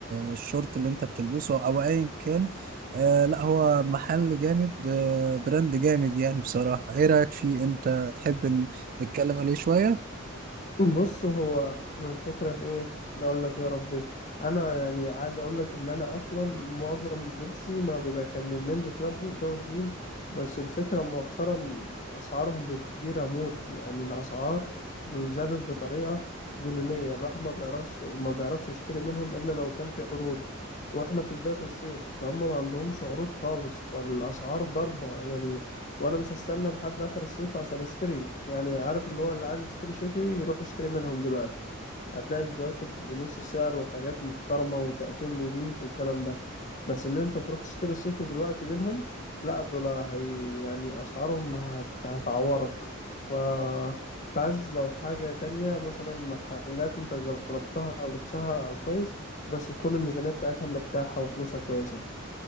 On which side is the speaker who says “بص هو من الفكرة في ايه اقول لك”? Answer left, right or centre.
Left